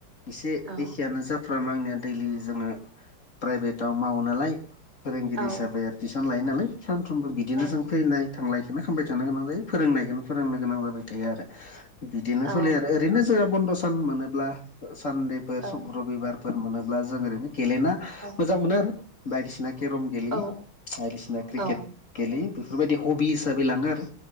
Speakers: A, on the left (about 35°); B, on the right (about 20°).
A: एसे
B: औ
A: एखेयानो जाफ्रामो आंनिया दैलि जोङो प्राइभेटाव मावो नालाय फोरोंगिरि
B: औ
A: हिसाबै आरो थटिउसन लायो नालाय सानफ्रोमबो बिदिनो
B: औ
A: जों फैनाय थांनायायखौनो खालामामबाय थानो गोनां जायो। फोरोंनायखौनो फोरोंनो गोनां जाबाय थायो आरो बिदिनो
B: औ
A: सोलियो आरो ओरैनो जोंहा बन्द' सान मोनोब्ला सानदेफोर
B: औ
A: रबिबारफोर मोनोब्ला जों ओरैनो गेलेना
B: औ
A: मोजां मोनो आरो बायदिसिना केरम गेलेयो
B: औ
A: बायदिसिना क्रिकेट
B: औ
A: गेलेयो बेफोरबायदि हबि हिसाबै लांङो आरो।